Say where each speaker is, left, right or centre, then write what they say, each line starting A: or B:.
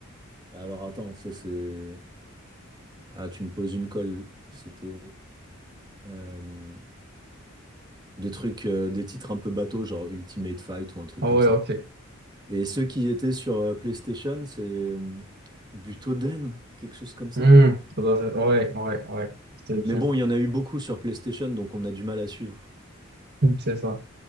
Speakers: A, on the right (about 20°); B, on the right (about 50°).
A: Alors attends, ça c'est... Ah, tu me poses une colle. C'était euh, des trucs, euh, des titres un peu bateaux, genre Ultimate Fight ou un truc
B: Ah
A: comme
B: ouais,
A: ça.
B: ok.
A: Et ceux qui étaient sur euh, PlayStation, c'est euh, Butoden, quelque chose comme ça.
B: Hmm, faudrait- Ouais, ouais, ouais. C'est bien.
A: Mais bon, il y en a eu beaucoup sur PlayStation, donc on a du mal à suivre.
B: <laughs> C'est ça.